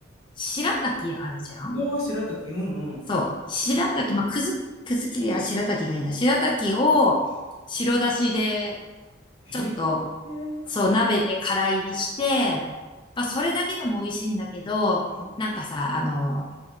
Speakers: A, on the left; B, on the left.
A: 白滝あるじゃん
B: どうしろとき、うんうん。
A: そう。白滝、まあ、くず、くずきりや白滝がいいな。白滝を白だしで、
B: へえ。
A: ちょっと、
B: うん
A: そう、鍋で空入りして、まあ、それだけでも美味しいんだけど、
B: う
A: なんかさ、あの、